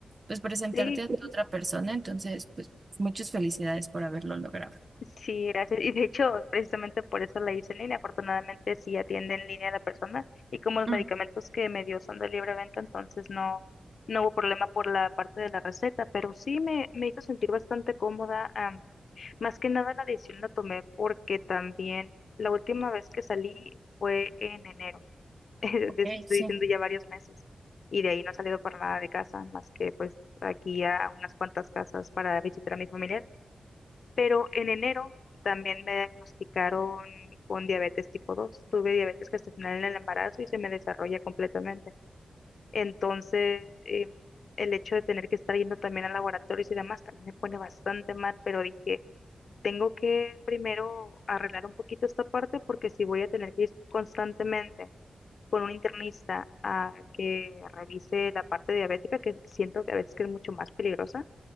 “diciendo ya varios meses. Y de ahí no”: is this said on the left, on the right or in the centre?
Left